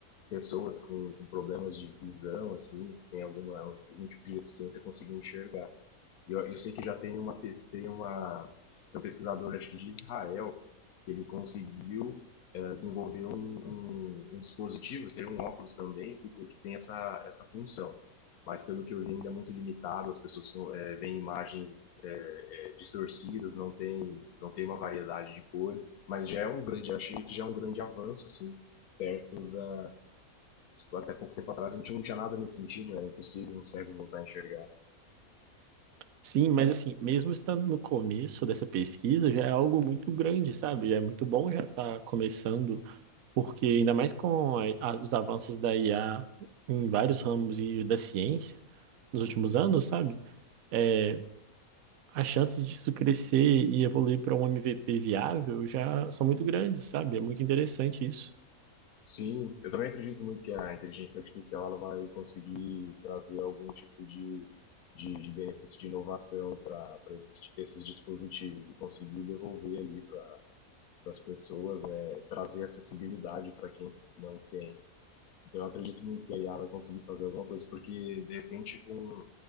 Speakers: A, on the left; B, on the right.
A: pessoas com, com, problemas de visão, assim, que tem alguma, algum tipo de deficiência, consigam enxergar. Eu, eu sei que já tem uma, tem uma, tem um pesquisador, acho que de Israel, que ele conseguiu é, desenvolver um, um, um, dispositivo, seria um óculos também, que, que tem essa, essa função. Mas pelo que eu vi, ainda é muito limitado, as pessoas é, veem imagens é, é, distorcidas, não tem, não tem uma variedade de cores, mas já é um grande, achei que já é um grande avanço, assim, perto da. Até pouco tempo atrás a gente não tinha nada nesse sentido, era impossível um cego voltar a enxergar.
B: Sim, mas assim, mesmo estando no começo dessa pesquisa, já é algo muito grande, sabe? Já é muito bom já estar começando, porque ainda mais com a- a- os avanços da IA em vários ramos e da ciência nos últimos anos, sabe? É, as chances disso crescer e evoluir para um MVP viável já são muito grandes, sabe? É muito interessante isso.
A: Sim, eu também acredito muito que a inteligência artificial ela vai conseguir trazer algum tipo de, de, de benefício de inovação para esses, esses dispositivos e conseguir devolver ali para as pessoas, né, trazer acessibilidade para quem não tem. Então eu acredito muito que a IA vai conseguir fazer alguma coisa, porque de repente com